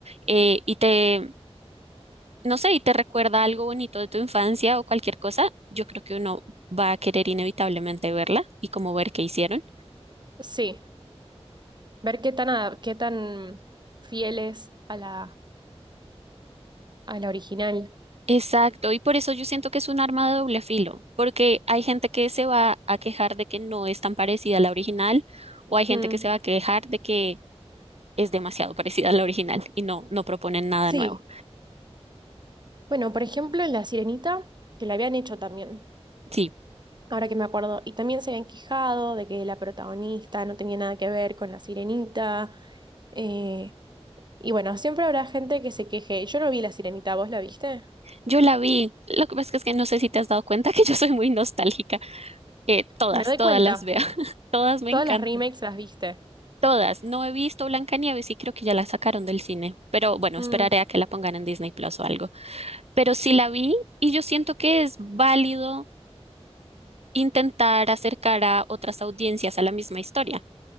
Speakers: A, on the right; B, on the right.
A: eh, y te, no sé, y te recuerda algo bonito de tu infancia o cualquier cosa, yo creo que uno va a querer inevitablemente verla y como ver qué hicieron.
B: Sí, ver qué tan, a- qué tan fiel es a la, a la original.
A: Exacto, y por eso yo siento que es un arma de doble filo, porque hay gente que se va a quejar de que no es tan parecida a la original, o hay gente
B: Mm.
A: que se va a quejar de que es demasiado parecida a la original y no, no proponen nada
B: Sí,
A: nuevo.
B: bueno, por ejemplo, en La Sirenita, que la habían hecho también,
A: Sí,
B: ahora que me acuerdo, y también se habían quejado de que la protagonista no tenía nada que ver con la Sirenita. Eh, Y bueno, siempre habrá gente que se queje. Yo no vi La Sirenita, ¿vos la viste?
A: yo la vi. Lo que pasa es que no sé si te has dado cuenta que yo soy muy nostálgica. Eh, todas,
B: Me doy
A: todas
B: cuenta.
A: las veo. <laughs> Todas me
B: Todas
A: encantan.
B: las remakes las viste.
A: Todas. No he visto Blancanieves y creo que ya la sacaron del cine. Pero bueno,
B: Mm,
A: esperaré a que la pongan en Disney Plus o algo. Pero sí la vi y yo siento que es válido intentar acercar a otras audiencias a la misma historia.